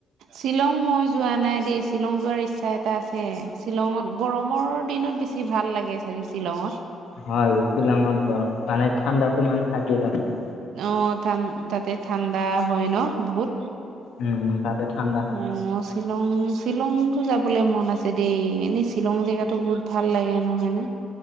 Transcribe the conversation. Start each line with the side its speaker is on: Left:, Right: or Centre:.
Right: শ্বিলং মই যোৱা নাই দেই, শ্বিলং যোৱাৰ ইচ্ছা এটা আছে, শ্বিলঙত গৰমৰ দিনত বেছি বেছি ভাল লাগে চাগে শ্বিলঙত।
Left: হয়, শ্বিলঙত গৰম মানে ঠাণ্ডাতো মানে থাকেই তাতে।
Right: অ', ঠা-তাতে ঠাণ্ডা হয় ন বহুত?
Left: উম তাতে ঠাণ্ডা হয়।
Right: উম। শ্বিলং-শ্বিলংতো যাবলৈ মন আছে দেই, এনেই শ্বিলং জেগাতো বহুত ভাল লাগে হেনো হয়নে?